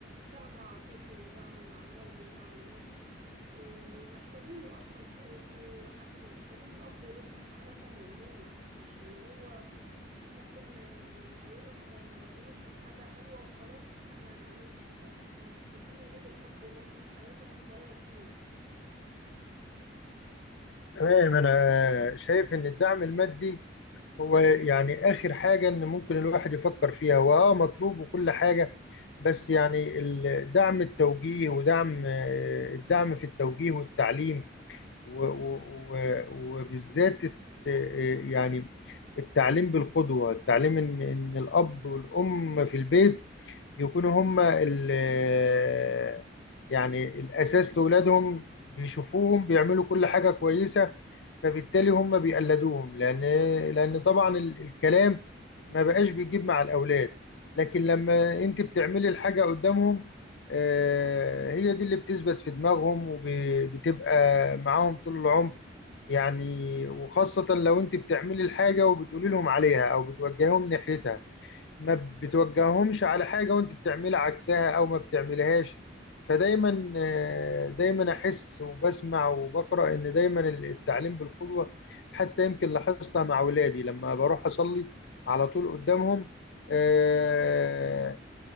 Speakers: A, on the right; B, on the left.
A: دعم عاطفي ودعم معنوي ودعم مادي ومحتاجينه أصلا في في ح... محتاجين الأب والأم في حياتهم عموما مش اللي هو ممكن نحيلهم أو نراضيهم بحاجة حلوة وخلاص وإحنا ما نعملش لا هم محتاجين وجود الأب والأم في حياتهم بطريقة كبيرة
B: تمام أنا شايف إن الدعم المادي هو يعني آخر حاجة إن ممكن الواحد يفكر فيها وآه مطلوب وكل حاجة بس يعني ال- دعم التوجيه ودعم آه، الدعم في التوجيه والتعليم و- و- و- وبالذات الت- آه، يعني التعليم بالقدوة التعليم إن إن الأب والأم في البيت يكونوا هما ال- آه، يعني الأساس لأولادهم بيشوفوهم بيعملوا كل حاجة كويسة فبالتالي هم بيقلدوهم لان لان طبعا ال- الكلام ما بقاش بيجيب مع الاولاد لكن لما انت بتعملي الحاجه قدامهم آه، هي دي اللي بتثبت في دماغهم وبتبقى معاهم طول العمر يعني وخاصه لو انت بتعملي الحاجه وبتقولي لهم عليها او بتوجههم ناحيتها ما بتوجههمش على حاجة وانت بتعملي عكسها او ما بتعملهاش فدايما آه، دايما احس وبسمع وبقرا ان دايما التعليم بالقدوة حتى يمكن لاحظتها مع اولادي لما بروح اصلي على طول قدامهم آه،